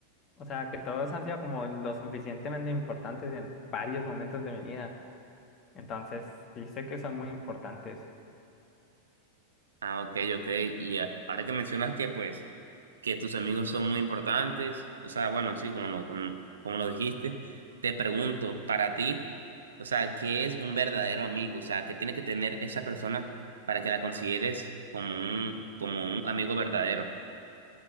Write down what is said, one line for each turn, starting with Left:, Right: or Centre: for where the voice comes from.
Left: O sea, que todos han sido como lo suficientemente importantes en varios momentos de mi vida. Entonces, sí sé que son muy importantes.
Right: Ah, ok, ok. Y a- ahora que mencionas que, pues, que tus amigos son muy importantes, o sea, bueno, sí, como lo, como, como lo dijiste, te pregunto, para ti, o sea, ¿qué es un verdadero amigo? O sea, ¿qué tiene que tener esa persona para que la consideres como un, como un amigo verdadero?